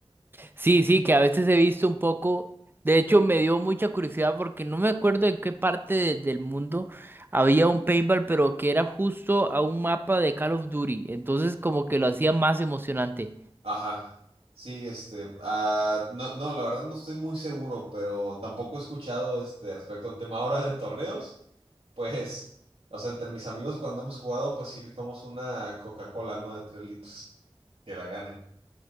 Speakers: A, on the right; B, on the right.
A: Sí, sí, que a veces he visto un poco. De hecho, me dio mucha curiosidad porque no me acuerdo en qué parte de- del mundo había un paintball, pero que era justo a un mapa de Call of Duty. Entonces, como que lo hacía más emocionante.
B: Ajá. Sí, este, ah, no, no, la verdad no estoy muy seguro, pero tampoco he escuchado este respecto al tema ahora de torneos. Pues, o sea, entre mis amigos cuando hemos jugado, pues sí rifamos una Coca-Cola, ¿no? De tres litros. Que la gane.